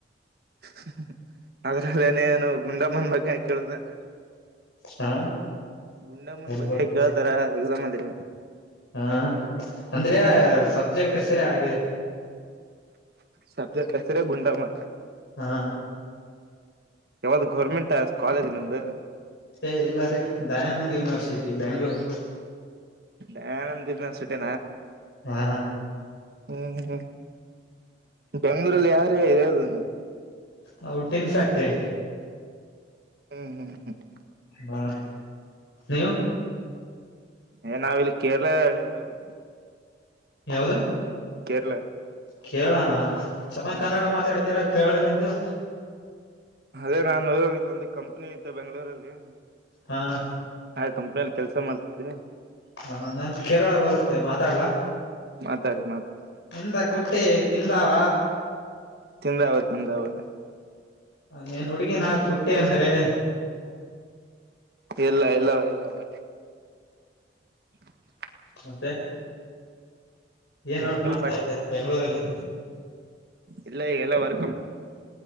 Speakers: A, on the right; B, on the left.
A: <unintelligible> ಏನು ಏನು ಗುಂಡಮ್ಮನ ಬಗ್ಗೆ ಹಂಗೆ ಕೇಳತಾರೆ
B: ಹಾ
A: ಗುಂಡಮ್ಮನ
B: ವೆರಿಗುಡ್
A: ಬಗ್ಗೆ ಕೇಳ್ತಾರ ಎಕ್ಸಾಮ್ ಅಲ್ಲಿ
B: ಹಾ ಅಂದ್ರೆ ಸಬ್ಜೆಕ್ಟ್ ಹೆಸರೇ ಆಗಿದೆ
A: ಸಬ್ಜೆಕ್ಟ್ ಹೆಸರೇ ಗುಂಡಮ್ಮ
B: ಹಾ
A: ಯಾವ್ದ ಗೌರ್ಮೆಂಟ್ ಕಾಲೇಜ್ ನಿಮ್ದು
B: ಏ ಇಲ್ಲಾ ದಯಾನಂದ್ ಯೂನಿವರ್ಸಿಟಿ ಬೆಂಗಳೂರು
A: ದಯಾನಂದ್ ಯೂನಿವರ್ಸಿಟಿ
B: ಹಾ
A: ಹ್ಮ್ ಹ್ಮ್ ಬೆಂಗಗಳೂರಲ್ಲಿ ಯಾರ್ ಯಾರ್ ಇರೋದು ನೀವು
B: ಹೌದು ಟಿನ್ ಫ್ಯಾಕ್ಟ್ರಿ
A: ಹ್ಮ್ ಹ್ಮ್ ಹ್ಮ್
B: ಹಾ ನೀವು
A: ಏ ನಾವಿಲ್ಲಿ ಕೇರಳ ಅಲ್ಲಿ ಇರೋದು
B: ಯಾವ್ದ
A: ಕೇರಳ
B: ಕೇರಳ ನಾ ಚೆನ್ನಾಗ್
A: ಹ
B: ಕನ್ನಡ ಮಾತಾಡ್ತೀರ ಕೇರಳ ಲಿ ಇದ್ದು
A: ಅದೇ ನಾನು ಇಲ್ಲೊಂದು ಕಂಪ್ನಿ ಇತ್ತ ಬೆಂಗಳೂರಲ್ಲಿ
B: ಹಾ
A: ಆ ಕಂಪ್ನಿ ಕೆಲ್ಸ ಮಾಡ್ತಿದ್ದೆ
B: ಹ ನನ್ ಕೇರಳ ಬರುತ್ತೆ ಮಾತಾಡ್ಲ
A: ಮಾತಾಡಿ ಮಾತಾಡಿ
B: ಎಂತ ಕುಟ್ಟಿ ತಿಂದಾವ
A: ತಿಂದಾವ ತಿಂದಾವ
B: ನೀೇನ್ ಹುಡುಗಿಿನ ಕುಟ್ಟೆ ಅಂದ್ರೆ
A: ಇಲ್ಲ ಇಲ್ಲವ ಇಲ್ಲವಾ <inaudible>
B: ಮತ್ತೆ ಏನ್ ವರ್ಕ್
A: ಫುಲ್
B: ಮಾಡ್ತಾ
A: ಬಟ್
B: ಇದೀ ಬೆಂಗಳೂರಲ್ಲಿ
A: ಇಲ್ಲ ಈಗಲ್ಲ ವರ್